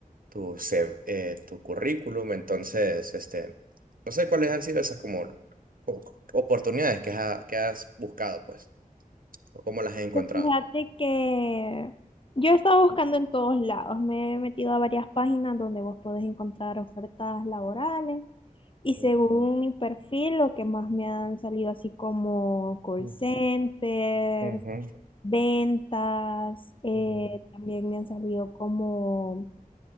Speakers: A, on the right; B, on the left.
A: tu, CV eh, tu currículum. Entonces, este, no sé cuáles han sido esas como, como oportunidades que, ha- que has buscado pues o cómo las has encontrado.
B: Pues Fíjate que yo he estado buscando en todos lados, me he metido a varias páginas donde vos podés encontrar ofertas laborales y según
A: Mm,
B: mi perfil lo que más me han salido así como call
A: mm,
B: centers,
A: ujú,
B: ventas, eh,
A: ujú,
B: también me han salido como